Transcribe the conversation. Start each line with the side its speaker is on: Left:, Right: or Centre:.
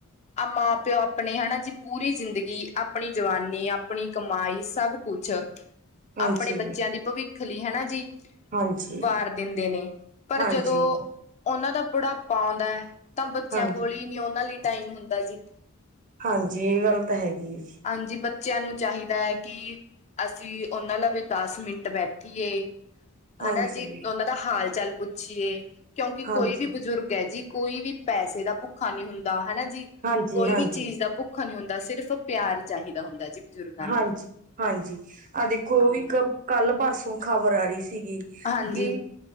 Left: ਆ ਮਾਂ ਪਿਓ ਆਪਣੇ ਹਨਾ ਜੀ ਪੂਰੀ ਜ਼ਿੰਦਗੀ, ਆਪਣੀ ਜਵਾਨੀ, ਆਪਣੀ ਕਮਾਈ ਸਭ ਕੁਛ
Right: ਹਾਂਜੀ,
Left: ਆਪਣੇ ਬੱਚਿਆਂ ਦੀ ਭਵਿੱਖ ਲਈ ਹੈਨਾ ਜੀ।
Right: ਹਾਂਜੀ,
Left: ਵਾਰ ਦਿੰਦੇ ਨੇ ਪਰ
Right: ਹਾਂਜੀ,
Left: ਜਦੋਂ ਉਹਨਾਂ ਦਾ ਬੁਢਾਪਾ ਆਉਂਦਾ ਐ, ਤਾਂ ਬੱਚਿਆਂ
Right: ਹਾਂਜੀ।
Left: ਕੋਲ ਹੀ ਨੀ ਉਹਨਾਂ ਲਈ ਟਾਈਮ ਹੁੰਦਾ ਜੀ।
Right: ਹਾਂਜੀ, ਇਹ ਗੱਲ ਤਾਂ ਹੈਗੀ ਏ ਜੀ।
Left: ਹਾਂਜੀ, ਬੱਚਿਆਂ ਨੂੰ ਚਾਹੀਦਾ ਐ, ਕਿ ਅਸੀਂ ਉਹਨਾਂ ਨਾਲ ਵੀ ਦਸ ਮਿੰਟ ਬੈਠੀਏ
Right: ਹਾਂਜੀ,
Left: ਹਨਾ ਜੀ, ਉਹਨਾਂ ਦਾ ਹਾਲ ਚਾਲ ਪੁੱਛੀਏ। ਕਿਉਂਕਿ
Right: ਹਾਂਜੀ,
Left: ਕੋਈ ਵੀ ਬਜ਼ੁਰਗ ਐ ਜੀ, ਕੋਈ ਵੀ ਪੈਸੇ ਦਾ ਭੁੱਖਾ ਨਹੀਂ ਹੁੰਦਾ ਹੈਨਾ ਜੀ।
Right: ਹਾਂਜੀ,
Left: ਕੋਈ
Right: ਹਾਂਜੀ।
Left: ਵੀ ਚੀਜ਼ ਦਾ ਭੁੱਖ ਨਹੀਂ ਹੁੰਦਾ। ਸਿਰਫ਼ ਪਿਆਰ ਚਾਹੀਦਾ ਹੁੰਦਾ ਜੀ। ਬਜ਼ੁਰਗਾਂ ਨੂੰ
Right: ਹਾਂਜੀ- ਹਾਂਜੀ। ਆਹ ਦੇਖੋ
Left: ਹਾਂਜੀ
Right: ਇੱਕ ਕੱਲ ਪਰਸੋਂ ਖ਼ਬਰ ਆ ਰਹੀ ਸੀਗੀ।
Left: ਹਾਂਜੀ
Right: ਕਿ